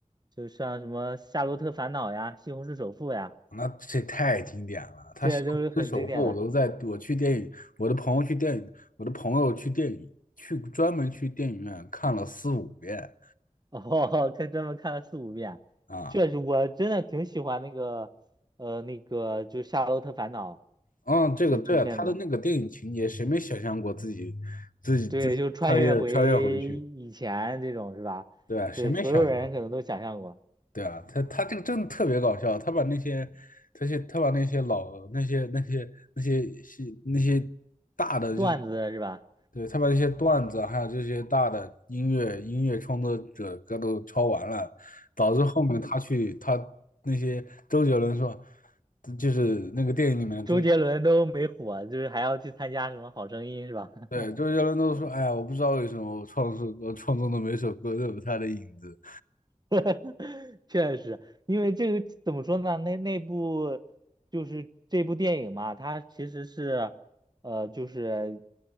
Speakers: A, on the right; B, on the left.
A: 就像什么《夏洛特烦恼》呀，《西红柿首富》呀，
B: 那这太经典了，他《西虹市首富》，
A: 这些都是很经典的。
B: 我都在，我去电影，我的朋友去电影，我的朋友去电影，去专门去电影院看了四五遍
A: 哦，<laughs> 看专门看了四五遍，
B: 啊。
A: 确实，我真的挺喜欢那个，呃，那个就是《夏洛特烦恼》
B: 嗯，这个对啊，
A: 这部片子。
B: 他的那个电影情节，谁没想象过自己自己自己穿越穿越回去？
A: 对，就穿越回以前这种是吧？
B: 对啊，谁没想象？
A: 对，所有人可能都想象过
B: 对啊，他他这个真的特别搞笑，他把那些他些他把那些老那些那些那些戏那些大的这种，
A: 段子是吧？
B: 对，他把那些段子还有这些大的音乐音乐创作者歌都抄完了，导致后面他去他那些周杰伦说，就是那个电影里面的周。
A: 周杰伦都没火，就是还要去参加什么《好声音》是吧？
B: 对，
A: <laughs>
B: 周杰伦都说，哎呀，我不知道为什么我创作我创作的每首歌都有他的影子。
A: <laughs> 确实，因为这个怎么说呢？那那部就是这部电影嘛，它其实是呃，就是